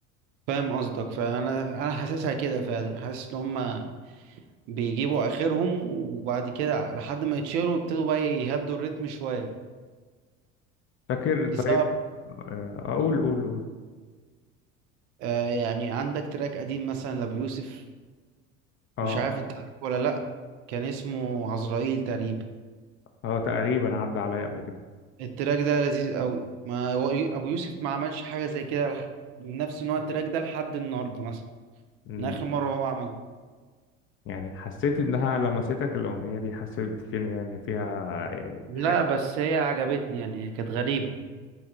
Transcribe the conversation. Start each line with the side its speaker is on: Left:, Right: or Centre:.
Right: فاهم قصدك فانا انا حاسسها كده فعلا حاسس ان هم بيجيبوا اخرهم وبعد كده لحد ما يتشهروا يبتدوا بقى يهدوا الريتم شويه
Left: فاكر طيب
Right: لسبب
Left: آه، أقول قول قول
Right: آه يعني عندك تراك قديم مثلا لابيوسف
Left: اه
Right: مش عارف انت عارفه ولا لا كان اسمه عزرائيل تقريبا
Left: اه تقريبا عدى عليا قبل كده
Right: التراك ده لذيذ قوي ما هو يو- ابو يوسف ما عملش حاجه زي كده لح- نفس نوع التراك ده لحد النهارده مثلا
Left: أمم،
Right: من اخر مره هو عمل
Left: يعني حسيت إنها لمستك الأغنية دي حسيت فين يعني فيها يعني
Right: لا
Left: حاجة
Right: بس هي عجبتني يعني هي كانت غريبة